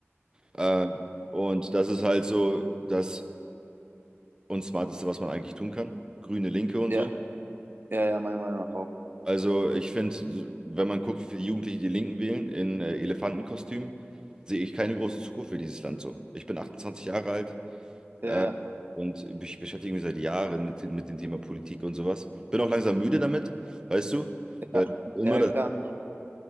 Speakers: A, on the right; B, on the right.
A: Äh, und das ist halt so das Unsmarteste, was man eigentlich tun kann. Grüne Linke und
B: Ja,
A: so.
B: ja, ja, meiner Meinung nach auch.
A: Also ich finde, wenn man guckt, wie viele Jugendliche die Linken wählen in äh, Elefantenkostüm, sehe ich keine große Zukunft für dieses Land so. Ich bin 28 Jahre alt
B: Ja,
A: äh,
B: ja,
A: und ich beschäftige mich seit Jahren mit, mit dem Thema Politik und sowas. Bin auch langsam müde damit, weißt du?
B: ja,
A: Weil immer
B: ja, ja,
A: das.
B: klar.